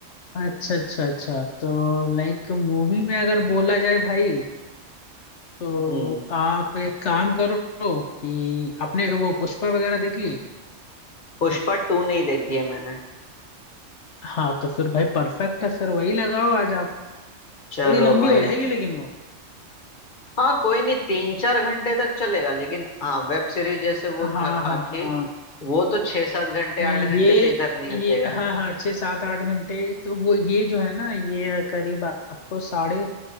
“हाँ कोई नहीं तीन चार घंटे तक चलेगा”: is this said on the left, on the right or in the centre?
Left